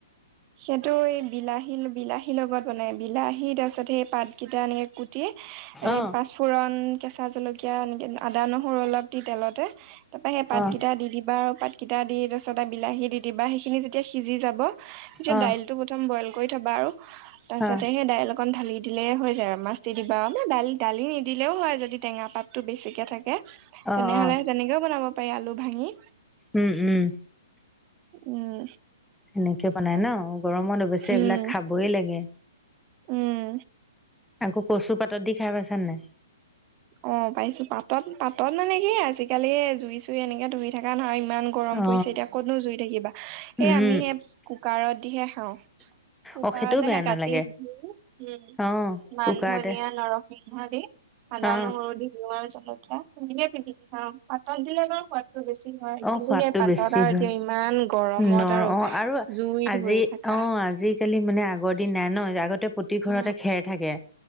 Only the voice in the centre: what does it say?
অ
অ
অ
অ
অ
অ
উম উম
সেনেকে বনাই ন গৰমত অৱশ্যে
এইবিলাক খাবই লাগে
আকৌ কচু পাতত দি খাই পাইছা নাই
অ
উম
অ সেইটোও বেয়া
নালাগে
অ
কুকাৰতে
অ
অ
সোৱাদটো
বেছি
হয়
নৰ
অ
আজি
অ আজিকালি মানে আগৰ দিন নাই ন আগতে প্ৰতি ঘৰতে
খেৰ থাকে